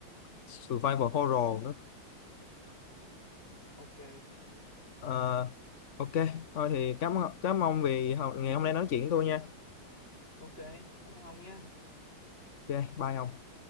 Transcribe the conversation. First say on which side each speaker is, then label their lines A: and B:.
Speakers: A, on the left; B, on the left.
A: survival horror nữa
B: ok
A: Ờ, ok thôi thì cảm cảm ơn vì ngày hôm nay nói chuyện với tôi nha
B: ok cảm ơn ông nha
A: ok bye ông